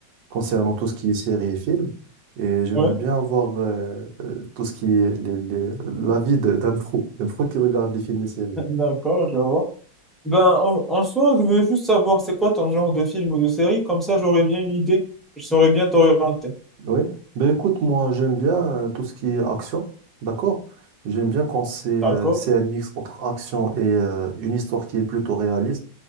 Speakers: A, on the right (about 80°); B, in the centre.
A: concernant tout ce qui est série et film. Et j'aimerais
B: oui,
A: bien avoir euh, euh, tout ce qui est les- les- l'avis de- d'un pro, d'un pro qui regarde des films et séries.
B: <laughs> d'accord, je vois. Ben, en, en soi, je veux juste savoir c'est quoi ton genre de film ou de série, comme ça j'aurais bien une idée, je saurais bien t'orienter.
A: Oui, ben écoute, moi j'aime bien euh, tout ce qui est action, d'accord? J'aime bien quand c'est euh,
B: D'accord?
A: c'est un mix entre action et euh, une histoire qui est plutôt réaliste.